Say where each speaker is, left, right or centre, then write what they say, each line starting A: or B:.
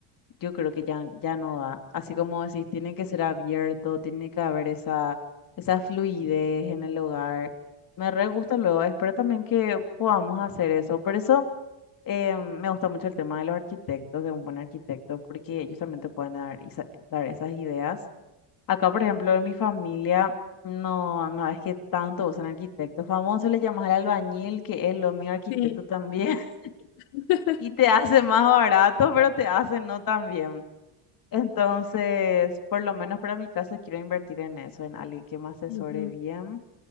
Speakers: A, on the left; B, on the left.
A: yo creo que ya, ya no da. Así como decís, tiene que ser abierto, tiene que haber esa, esa fluidez en el hogar. Me re gusta luego, espero también que podamos hacer eso. Por eso eh, me gusta mucho el tema de los arquitectos, de un buen arquitecto, porque ellos también te pueden dar, esa- dar esas ideas Acá, por ejemplo, en mi familia, no, no es que tanto usan arquitectos. Famoso le llamas al albañil, que es lo mío arquitecto
B: Sí.
A: también, <laughs>
B: <laughs>
A: y te hace más barato, pero te hace no tan bien. Entonces, por lo menos para mi caso, quiero invertir en eso, en alguien que me asesore
B: Ujú.
A: bien.